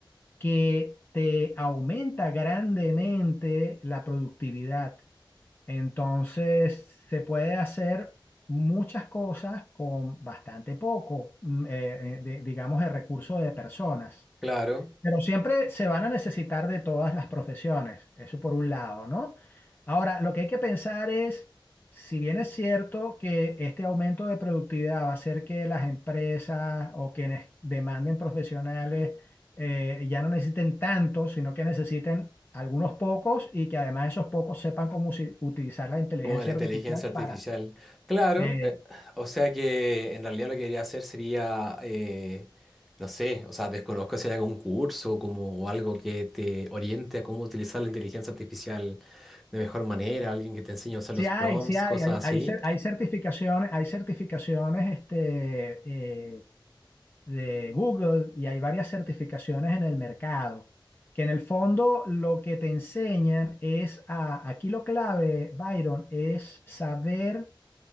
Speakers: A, on the left; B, in the centre.
A: que te aumenta grandemente la productividad. Entonces, se puede hacer muchas cosas con bastante poco, mm, eh, eh, de- digamos, de recurso de personas.
B: claro.
A: Pero siempre se van a necesitar de todas las profesiones, eso por un lado, ¿no? Ahora, lo que hay que pensar es, si bien es cierto que este aumento de productividad va a hacer que las empresas o quienes demanden profesionales eh, ya no necesiten tantos, sino que necesiten algunos pocos y que además esos pocos sepan cómo usi- utilizar la inteligencia
B: Como de la inteligencia
A: artificial
B: artificial.
A: para...
B: Claro,
A: eh,
B: eh, o sea que en realidad lo que quería hacer sería, eh, no sé, o sea, desconozco si hay algún curso como, o algo que te oriente a cómo utilizar la inteligencia artificial de mejor manera, alguien que te enseñe a usar
A: Sí
B: los
A: hay,
B: prompts,
A: sí hay,
B: cosas
A: hay,
B: así.
A: hay cer- hay certificaciones, hay certificaciones este, eh, de Google y hay varias certificaciones en el mercado, que en el fondo lo que te enseñan es a, aquí lo clave, Byron, es saber